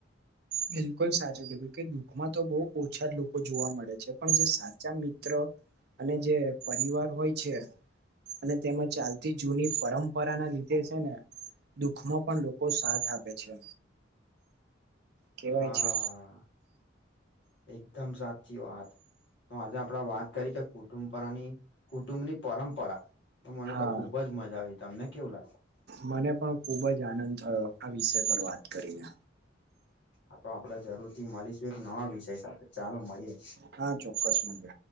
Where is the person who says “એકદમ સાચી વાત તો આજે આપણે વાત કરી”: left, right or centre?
Left